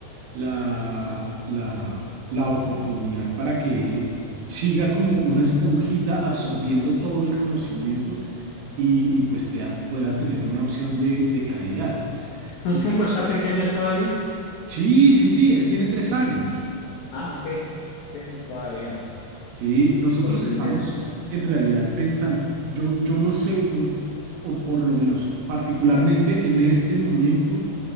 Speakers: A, on the right; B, on the left.
A: la, la, la oportunidad para que él siga como una esponjita absorbiendo todo el conocimiento y, y pues te- pueda tener una opción de, de calidad.
B: ¿Tu
A: Nosotros-
B: hijo está pequeño todavía?
A: sí, sí, sí, él tiene tres años.
B: Ah, ok, tiene todavía
A: Sí, nosotros
B: la posibilidad.
A: estamos en realidad pensando, yo, yo no sé, no- o por lo menos particularmente en este momento,